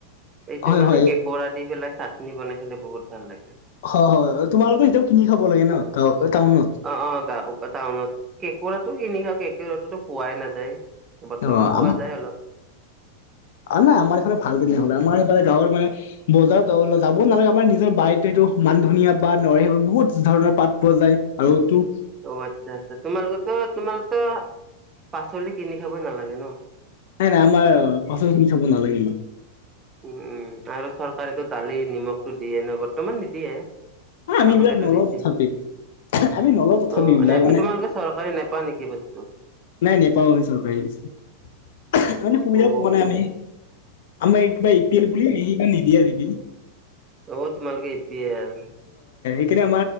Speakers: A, on the right; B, on the left.
A: এইটো
B: হয়
A: মানে
B: হয়
A: কেক আ দি পেলাই চাটনি বনাই খালে বহুত ভাল লাগে।
B: হয় হয়। তোমালোকে এতিয়াও কিনি খাব লাগে ন গাঁও টাউনত
A: অঁ অঁ টাউনত কেকোৰাটো কিনি খা। তো পোৱাই নাযায় বৰ্তমান
B: অ আম
A: পোৱা যায় অলপ।
B: নাই আমাৰ সফালে ভাল কেনেহ'লে আমাৰ সেইফে গাঁৱ মানে বজাৰত যাব নালাগে আমাৰ নিজৰ বাৰটো। মান ধুনীয়া বা ন বহুত ধৰণৰ পাত পোৱা যায় আৰুটো।
A: অঁ আচ্ছা আচ্ছা তোমালোকো তোমালোকতো পাচলি কিনি খাব নালাগে ন।
B: নাই নাই আমাৰ পাচলি কিনি খাব নালাগে।
A: উম উম আৰু চৰকাৰেতো দালি নিমখটো দিয়ে ন বৰ্তমান নিদিয়ে।
B: আ, আমি
A: আগতেটো
B: এইবিলাক নলওঁ
A: দিছিল
B: তথাপি আমি নলওঁ তথাপি
A: অ
B: এইবিলাক
A: নে
B: মানে
A: তোমালোকে চৰকাৰী নেপা নেকি। কি বস্তু।
B: নাই নেপাওঁ আমি চৰকাৰী সেই কাৰণে সুবিধা
A: অ
B: পোৱা নাই আমি। আমাৰ এই কিবা এ পি এল বুলি নিদিয়ে আৰু <unintelligible>
A: অঁ তোমালোকে এতিয়া ৰ।
B: এতিয়া